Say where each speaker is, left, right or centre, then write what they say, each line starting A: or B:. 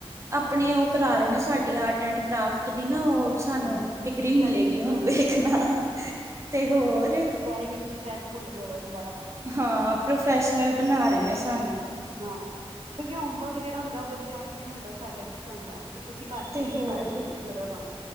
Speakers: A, on the right (about 30°); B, on the right (about 70°).
A: ਆਪਣੇ ਉਹ ਕਰਾ ਰਹੇ ਨੇ ਸਾਡੀ ਆਰਟ ਐਂਡ ਕਰਾਫਟ ਦੀ ਨਾ ਉਹ ਸਾਨੂੰ
B: ਹਾਂ
A: ਡਿਗਰੀ
B: ਪ੍ਰੈਕਟਿਸ
A: ਮਿਲੇਗੀ
B: ਕਰਾ
A: ਹੁਨ
B: ਰਹੇ
A: ਵੇਖਣਾ
B: ਨੇ
A: ਤੇ ਹੋਰ
B: ਕੈਹਿ ਰਹੇ ਕਿ ਤੁਸੀਂ ਸ਼ਾਇਦ ਭੁੱਲ ਜਾਓ ਦੁਬਾਰਾ ਕਰੋ
A: ਹਾਂ ਪ੍ਰੋਫੈਸ਼ਨਲ ਬਣਾ ਰਹੇ ਨੇ ਸਾਨੂੰ
B: ਹਾਂ ਕਿਉਂਕਿ ਹੋਮਵਰਕ ਜਿਹੜਾ ਹੁੰਦਾ ਉਹ ਬੱਚਿਆਂ ਵਾਤੇ ਨਹੀਂ ਹੁੰਦਾ ਉਹ ਸਾੇ ਵਾਸਤੇ ਹੁੰਦਾ ਕਿ ਤੁਸੀਂ ਘਰ
A: ਤੇ
B: ਫਰੀ ਨੀ
A: ਹੋਰ
B: ਬੈਠਣਾ ਤੁਸੀਂ ਕਰੋ ਏ ਕੰਮ